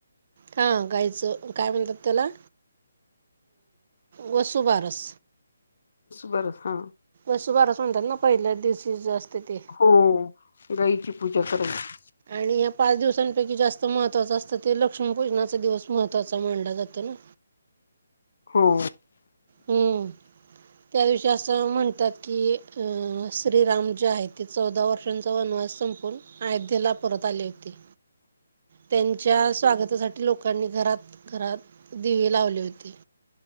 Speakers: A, on the right; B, on the left.
A: हा गायचं काय म्हणतात त्याला? वसुबारस.
B: बरं हा
A: वसुबारस अस म्हणतात ना पहिल्या दिवशी असतं ते
B: हो गाईची पूजा करायची
A: आणि पाच दिवसां पैकी जास्त महत्वाच असतं ते लक्ष्मीपूजनाचा दिवस महत्त्वाचा मानला जातो ना?
B: हो.
A: हम्म त्या दिवशी असं म्हणतात की अ श्रीराम जे आहे ते चौदा वर्षांचा वनवास अयोध्येत परत आली होते, त्यांच्या स्वागतासाठी लोकांनी घरात, घरात दिवे लावले होते.